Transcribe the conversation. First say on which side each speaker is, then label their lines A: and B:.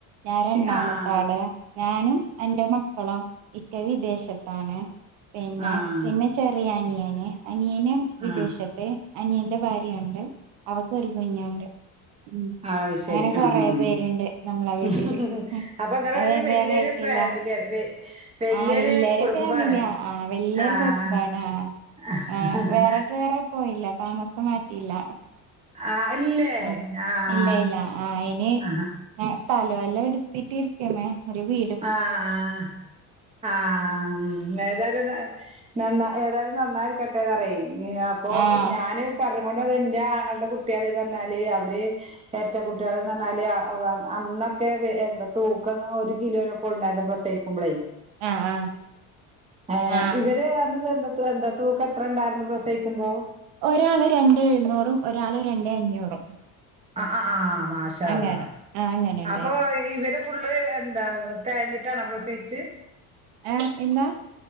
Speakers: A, on the right; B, on the right.
A: ഞാൻ രണ്ടാമത്തെ
B: ആഹ് ആഹ്
A: ആള് ഞാനും എന്റെ മക്കളും ഇക്ക വിദേശത്താണ് പിന്നെ
B: ആഹ് ആഹ്
A: ചെ പിന്നെ ചെറിയ അനിയന് അനിയനും വിദേശത്ത്
B: ആഹ്
A: അനിയന്റെ ഭാര്യണ്ട് അവക്ക് ഒരു കുഞ്ഞുണ്ട് ഉം
B: ആത് ശെരി
A: അങ്ങനെ കൊറേ
B: ആഹ് ഉം ഉം
A: പേരുണ്ട്
B: ഉം
A: നമ്മളെ വീട്ടില്
B: അപ്പൊ ങ്ങളൊര്
A: അത് വെവ്വേറെ
B: വല്യൊരു
A: ആയിട്ടില്ല
B: ഫാമിലിയാണ് വല്യൊരു
A: ആഹ് വല്ല്യോര്
B: കുടുംബാണ്
A: ഫാമിലിയാ ആഹ് വല്ല്യോരു
B: ആഹ്
A: കുടുംബാണ് ആഹ്
B: ഹ
A: ആഹ്
B: ഹ ഹ ഹ
A: വേറെ വേറെ പോയില്ല താമസം മാറ്റിയില്ല
B: ആഹ് ഇല്ലേ
A: ആഹ്
B: ആഹ്
A: ഇല്ല ഇല്ല ആഹ് ഇനി
B: ആഹ്
A: സ്ഥലോഎല്ലാം എടുത്തിട്ടിരിക്ക്ന്നേ ഒരു വീ
B: ആഹ് ആഹ് ആഹ് ഉം ഏതായാലും താ നന്ന ഏതായാലും നന്നായിരിക്കട്ടെന്നറിയെ അപ്പോ
A: ആഹ്
B: ഞാന് പറ അതുകൊണ്ടതെന്റെ ആങ്ങൾടെ കുട്യാള് തന്നാല് അവര് എരട്ട കുട്യാള്ന്ന് പറഞ്ഞാല് അ വ അന്നൊക്കെ പി എന്താ തൂക്കങ്ങ ഒര് കിലോനൊക്കെ ഉണ്ടായിര്ന്ന് പ്രസവിക്കുമ്പളേ
A: ആഹ് ആഹ്
B: ഏഹ്
A: ആഹ്
B: ഇവ ന്റെ അന്ന് ചെർത് എന്താ തു എന്താ തൂക്കെത്രണ്ടായിരുന്നു പ്രസവിക്കുമ്പോ
A: ഒരാള് രണ്ടെ എഴുന്നൂറും ഒരാള് രണ്ടെ അഞ്ഞൂറും
B: ആഹ് ആഹ് ആഹ് മാഷാഅള്ളാ
A: അങ്ങനെ ആഹ് അങ്ങനെ ഉണ്ടായിരുന്നു
B: അപ്പൊ ഇവര് ഫുള്ള് എന്താണ് തെയഞ്ഞിട്ടാണോ പ്രസവിച്ചത്
A: ഏഹ് എന്താ